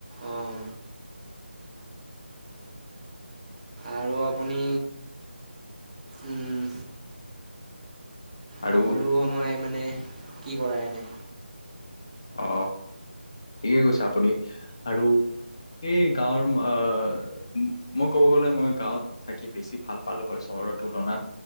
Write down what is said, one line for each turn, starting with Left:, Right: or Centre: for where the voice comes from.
Right: অঁ আৰু আপুনি। উম।
Left: আৰু
Right: সকলো সময় মানে কি কৰা এনে।
Left: অ ঠিকে কৈছে আপুনি আৰু। এই গাঁৱৰ আহ মই ক'ব গলে মই গাঁৱত থাকি বেছি ভাল পালো হয় চ। চহৰৰ তুলনাত